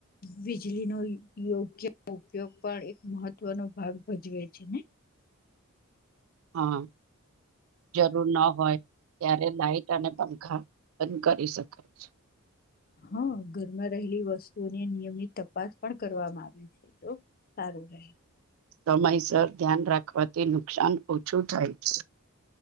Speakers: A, on the left; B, on the right.
A: વીજળી નો યોગ્ય ઉપયોગ પણ એક મહત્વનો ભાગ ભજવે છે, ને
B: હા જરૂર ન હોય ત્યારે લાાઈટ અને પંખા બંધ કરી શકાય છે.
A: હા ઘરમાં રહેલી વસ્તુઓની નિયમિત તપાસ પણ કરવામાં આવે છે, તો સારું <unintelligible>
B: સમયસર ધ્યાન રાખવાથી નુકસાન ઓછું થાય છે.